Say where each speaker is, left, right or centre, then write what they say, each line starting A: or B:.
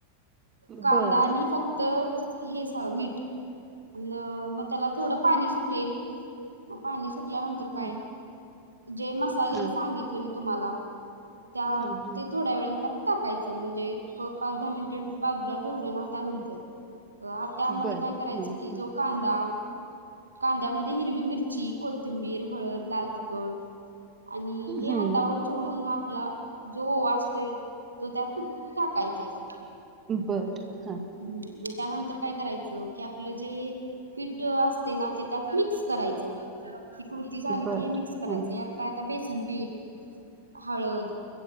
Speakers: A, on the right (about 80°); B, on the right (about 25°).
A: कांदा
B: बरं,
A: आणि फक्त हे मीठ अ मग त्याला थोडं पाणी सुटेल मग पाणी सुटल्यानंतर काय
B: हं.
A: जे मसाले
B: हां,
A: सांगितले मी तुम्हाला त्या
B: हां, हां.
A: ते थोड्या वेळ त्यात टाकायचं म्हणजे एक पाच दहा मिनिटे बाजूला ठेवलं ना त्यानंतर त्यामध्ये
B: बरं,
A: काय करायचं
B: हं,
A: की
B: हं.
A: जो कांदा कांद्यामध्ये हिरवी मिरची ची कोथिंबीर हळद लाल तिखट आणि हे
B: हं.
A: हातावर चोळून आप ला जो वाचतोय तो त्यात टाकायच हम्
B: बरं, हां.
A: म त्यानंतर काय करायचं की आपलं जे पीठ असते ना ते त्यात मिक्स करायचं की कृती झाली
B: बरं,
A: की हे मिक्स करायच
B: हां.
A: यात काय बेसनपीठ हळद